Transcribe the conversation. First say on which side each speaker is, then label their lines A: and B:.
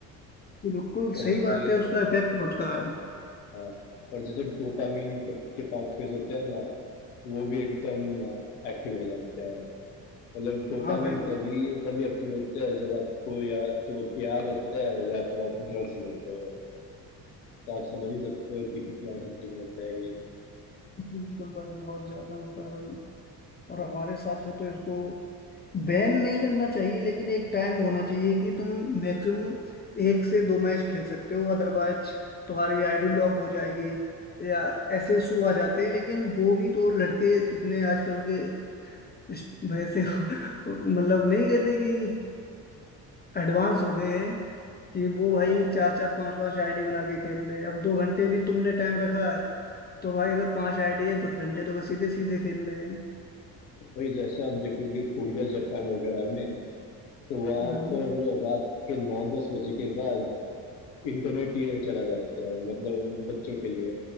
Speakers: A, on the left; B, on the left.
A: बिल्कुल
B: और
A: सही
B: जैसे
A: बात है उसका इफेक्ट पड़ता है
B: हाँ और जैसे डोपामिन के पाथवेज होते हैं ना वो भी एकदम एक्टिव हो जाते हैं मतलब डोपामिन
A: हाँ भाई
B: तभी तभी एक्टिव होता है जब आपको या तो प्यार होता है या तो आप ड्रग्स लेते हो तो आप समझ ही सकते हो कि कितना एडिक्टिव होता है गेम
A: बिल्कुल भाई बहुत ज्यादा होता है भाई और हमारे हिसाब से तो इसको बैन नहीं करना चाहिए लेकिन एक टाइम होना चाहिए कि तुम मैक्सिमम एक से दो मैच खेल सकते हो अदरवाइज तुम्हारी आईडी लॉक हो जाएगी या ऐसे इशू आ जाते हैं लेकिन वो भी तो लड़के इतने आजकल के इस वैसे हो- <laughs> मतलब नहीं कहते कि एडवांस हो गए हैं कि वो भाई
B: हाँ
A: चार चार पांच पांच आईडी बना के खेल ले अब दो घंटे भी तुमने टाइम रखा है तो भाई अगर पांच आईडी है दस घंटे तो वो सीधे सीधे खेल रहे हैं
B: भाई जैसे आप देखोगे कोरिया जापान वगैरह में तो वहां
A: हाँ
B: पर रात के नौ दस बजे के बाद इंटरनेट ये चला जाता है मतलब बच्चों के लिए